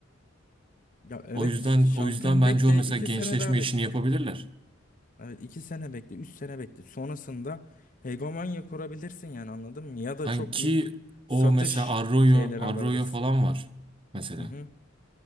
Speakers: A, on the left; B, on the right.
A: Ya evet
B: O yüzden
A: işte şampiyon
B: o yüzden bence
A: bekle
B: o mesela
A: iki
B: gençleşme
A: sene daha bekle.
B: işini yapabilirler.
A: Evet iki sene bekle, üç sene bekle. Sonrasında hegemonya kurabilirsin yani anladın mı? Ya da
B: Yani
A: çok
B: ki
A: büyük satış
B: o mesela Arroyo,
A: şeyleri
B: Arroyo
A: alabilirsin.
B: falan var mesela.
A: Hı hı.